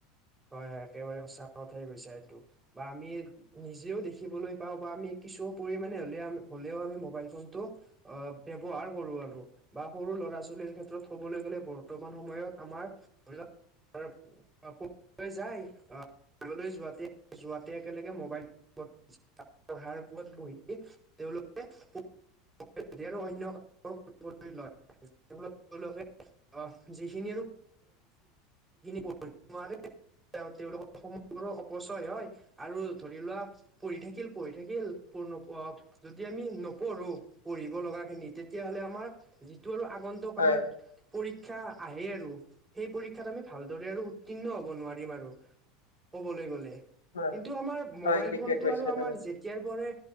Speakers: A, on the right; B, on the left.
A: হয়-হয় একেবাৰে সঁচা কথাই কৈছে এইটো বা আমি নিজেও দেখিবলৈ পাও বা আমি কিছু পৰিমানে হ'লেও আমি হ'লেও মোবাইলফোনটো অ, ব্যৱহাৰ কৰোঁ আৰু। বা সৰু ল'ৰা -ছোৱালীৰ ক্ষেত্ৰত ক'বলে গ'লে বৰ্তমান সময়ত আমাৰ ধৰিলোৱা <unintelligible> লৈ যাই আ, আগলৈ যোৱাতে- যোৱাতে একেলগে মবাইলফোন পঢ়াৰ <unintelligible> বহি তেওঁলোকে মো <unintelligible> <unintelligible> যিখিনি আৰু <unintelligible> নোৱাৰে <unintelligible> তেওঁলোকৰ সময়বোৰো অপচয় হয় আৰু ধৰি লোৱা পঢ়ি থাকিল- পঢ়ি থাকিল পূৰ্ণ পোৱা যদি আমি নপঢ়ো পঢ়িব লগা খিনি তেতিয়া হ'লে আমাৰ যিটো আৰু আগন্ত ন্তক
B: হয়
A: আমাৰ পৰীক্ষা আহে আৰু সেই পৰীক্ষাত আমি ভালদৰে আৰু উ তীৰ্ণ হ'ব নোৱাৰিম আৰু ক'বলে গ'লে।
B: হয়
A: কিন্তু আমাৰ মোবাইল
B: হয় ঠিকে
A: ফোনটো
B: কৈছা
A: আৰু আমাৰ
B: তুমি
A: যে তিয়াৰ পৰে